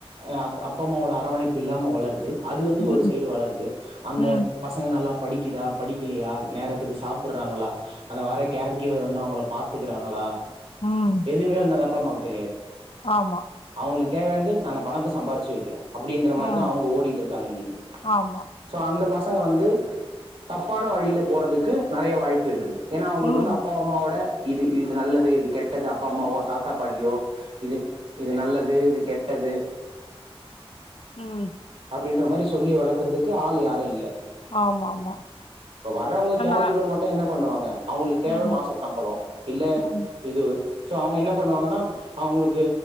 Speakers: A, on the right; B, on the left.
A: அ அப்பா அம்மாவோட அரவணைப் பில்லாம வளருது அது வந்து
B: ம்
A: ஒரு சைடு வளருது அந்த
B: ம்
A: பசங்க நல்லா படிக்குதா படிக்கிலியா நேரத்துக்கு சாப்பிடறாங்களா அந்த வர்ர கேர் கிவ்வர் வந்து அவங்ள பாத்துக்கறாங்களா
B: ம்
A: எதுமே வந்து அந்த அப்பா அம்மாக்கு தெரியாது
B: ஆமா
A: உங்ளுக்கு தேவையானது நாங்க பணத்த சம்பாரிச்சு வெக்கிறோ அப்டின்ற மாரிதா
B: ம்
A: அவுங்க ஓடிட்ருக்காங்க இன்னக்கி
B: ஆமா
A: சோ அந்த பச பசங்க வந்து தப்பான வழில போறதுக்கு நெறயா வாய்ப்பிருக்குது ஏனா அவுங்ளுக்கு
B: ம்
A: வந்து அப்பா அம்மாவோட இது இது நல்லது இது கெட் ட்டது அப் அப்பா அம்மாவோ தாத்தா பாட்டியோ இது இது நல்லது இது கெட்டது
B: ம்
A: அப் அப்டின்ற மாரி சொல்லி வளக்றதுக்கு ஆள் யாரு இல்ல
B: ஆமா ஆமா
A: இப்ப வர்றவங்க
B: ஆனா
A: கேர் கீவ்வர் மட்டு என்ன பண்ணுவாங்க அவங்ளுக்கு தேவ
B: ம்
A: மாச சம்பளோ இல்ல
B: ம்
A: இது சோ அவுங்க என்ன பண்ணுவாங்கன்னா அவுங்களுக்கு